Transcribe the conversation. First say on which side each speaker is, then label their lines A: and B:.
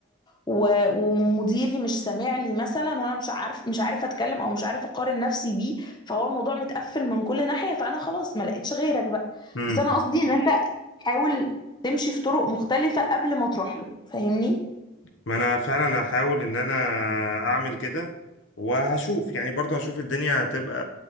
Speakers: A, on the left; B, on the left.
A: و... ومديري مش سامع لي مثلا وانا مش عارف مش عارف اتكلم او مش عارف اقارن نفسي بيه فهو الموضوع متقفل من كل ناحيه فانا خلاص ما لقيتش غيرك بقى
B: يعني
A: بس انا قصدي ان انت حاول تمشي في طرق مختلفه قبل ما تروح له فاهمني
B: ما انا فعلا هحاول ان انا اعمل كده وهشوف يعني برضه هشوف الدنيا هتبقى